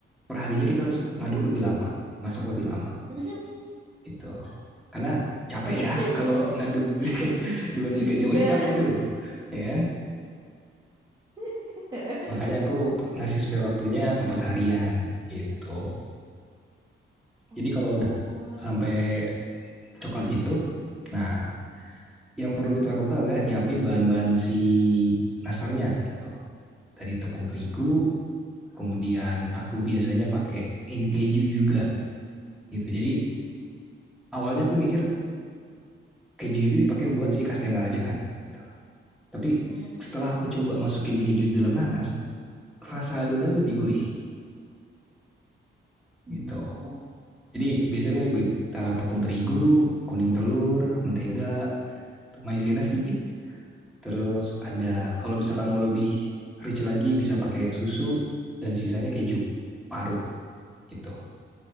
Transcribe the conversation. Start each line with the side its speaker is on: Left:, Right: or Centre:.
Centre: perharinya kita harus ngaduk lebih lama, masak lebih lama
Right: <laughs>
Centre: gitu. Karena capek
Right: Oke.
Centre: ya kalau ngaduk
Right: I-
Centre: <laughs> dua
Right: i-
Centre: tiga
Right: iya.
Centre: jam aja capek tuh, ya kan?
Right: <laughs>
Centre: Makanya aku ngasih spare waktunya empat harian gitu.
Right: Oh,
Centre: Jadi kalau udah
Right: wah.
Centre: sampai coklat gitu, nah yang perlu kita lakukan adalah nyiapin bahan-bahan si nastarnya gitu. Tadi tepung terigu, kemudian aku biasanya pakai in keju juga gitu. Jadi awalnya aku mikir keju itu dipakai buat si kastengel aja kan gitu. tapi
Right: Mm-mm.
Centre: setelah aku coba masukin keju dalam nanas rasa adonan lebih gurih
Right: Hmm.
Centre: gitu jadi biasanya kan ibu tepung terigu kuning telur mentega maizena sedikit terus ada kalau misalkan mau lebih rich lagi bisa pakai susu dan sisanya keju parut gitu